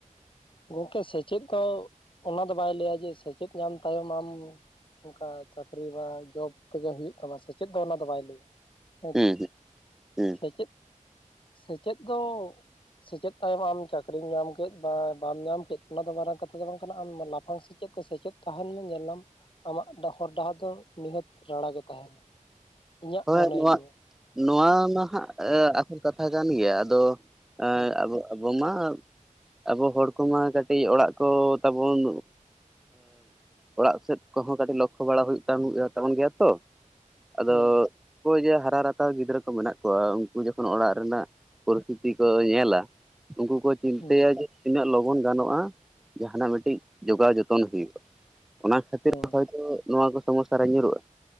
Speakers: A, on the left; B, in the centre.
A: ᱜᱚᱢᱠᱮ ᱥᱮᱪᱮᱫ ᱫᱚ ᱚᱱᱟ ᱫᱚ ᱵᱟᱭ ᱞᱟᱹᱭᱟ ᱡᱮ ᱥᱮᱪᱮᱫ ᱧᱟᱢ ᱛᱟᱭᱚᱢ ᱟᱢ ᱚᱱᱠᱟ ᱪᱟᱹᱠᱨᱤ ᱵᱟ ᱡᱚᱵ ᱛᱮᱜᱮ ᱦᱩᱭᱩᱜ ᱛᱟᱢᱟ ᱥᱮ ᱪᱮᱫ ᱫᱚ ᱚᱱᱟ ᱫᱚ ᱵᱟᱭ ᱞᱟᱹᱭᱟ <unintelligible>
B: ᱦᱩᱸ ᱦᱩᱸ ᱦᱩᱸ
A: ᱥᱮᱪᱮᱫ ᱥᱮᱪᱮᱫ ᱫᱚ ᱥᱮᱪᱮᱫ ᱛᱟᱭᱚᱢ ᱟᱢ ᱪᱟᱹᱠᱨᱤᱢ ᱧᱟᱢ ᱠᱮᱫ ᱵᱟ ᱵᱟᱢ ᱧᱟᱢ ᱠᱮᱫ ᱚᱱᱟ ᱫᱚ ᱢᱟᱨᱟᱝ ᱠᱟᱛᱷᱟ ᱫᱚ ᱵᱟᱝ ᱠᱟᱱᱟ ᱟᱢ ᱞᱟᱯᱷᱟᱝ ᱥᱮᱪᱮᱫ ᱛᱮ ᱥᱮᱪᱮᱫ ᱛᱟᱦᱮᱱ ᱢᱮ ᱧᱮᱞᱞᱟᱢ ᱟᱢᱟᱜ ᱰᱟᱦᱚᱨ ᱦᱚᱨ ᱰᱟᱦᱟᱨ ᱫᱚ ᱱᱤᱦᱟᱹᱛ ᱨᱟᱲᱟᱜ ᱜᱮ ᱛᱟᱦᱮᱱᱟ ᱤᱧᱟᱹᱜ
B: ᱦᱳᱭ
A: ᱢᱚᱱᱮᱭ
B: ᱱᱚᱣᱟ
A: ᱞᱟᱹᱭᱟ
B: ᱱᱚᱣᱟ ᱢᱟ ᱦᱜ ᱟᱠᱥᱚᱞ ᱠᱟᱛᱷᱟ ᱠᱟᱱ ᱜᱮᱭᱟ ᱟᱫᱚ ᱮ
A: ᱦᱩᱸ
B: ᱟᱵᱚ ᱟᱵᱚ ᱢᱟ ᱟᱵᱚ ᱦᱚᱲ ᱠᱚᱢᱟ ᱠᱟᱹᱴᱤᱡ ᱚᱲᱟᱜ ᱠᱚ ᱛᱟᱵᱚᱱ ᱚᱲᱟᱜ ᱥᱮᱫ ᱠᱚᱦᱚᱸ ᱠᱟᱹᱴᱤᱡ ᱞᱚᱠᱠᱷᱚ ᱵᱟᱲᱟ ᱦᱩᱭᱩᱜ ᱦᱩᱭᱩᱜ ᱛᱟᱵᱚᱱ ᱜᱮᱭᱟ ᱛᱚ ᱟᱫᱚ
A: ᱦᱩᱸ
B: ᱚ ᱡᱮ ᱦᱟᱨᱟ ᱨᱟᱛᱟᱣ ᱜᱤᱫᱽᱨᱟᱹ ᱠᱚ ᱢᱮᱱᱟᱜ ᱠᱚᱣᱟ ᱩᱱᱠᱩ ᱡᱚᱠᱷᱚᱱ ᱚᱲᱟᱜ ᱨᱮᱱᱟᱜ ᱯᱚᱨᱤᱥᱛᱷᱤᱛᱤ ᱠᱚ ᱧᱮᱞᱟ ᱩᱱᱠᱩ ᱠᱚᱼᱼ ᱪᱤᱱᱛᱟᱹᱭᱟ
A: ᱦᱩᱸ
B: ᱡᱮ ᱛᱤᱱᱟᱹᱜ ᱞᱚᱜᱚᱱ ᱜᱟᱱᱚᱜᱼᱟ ᱡᱟᱦᱟᱱᱟᱜ ᱢᱤᱫᱴᱤᱡ ᱡᱚᱜᱟᱣ ᱡᱚᱛᱚᱱ ᱦᱩᱭᱩᱜᱼᱟ ᱚᱱᱟ ᱠᱷᱟᱹᱛᱤᱨ
A: ᱦᱩᱸ
B: ᱦᱚᱭᱛᱚ ᱱᱚᱣᱟ ᱠᱚ ᱥᱚᱢᱚᱥᱥᱟ ᱨᱮ ᱧᱩᱨᱩᱜᱼᱟ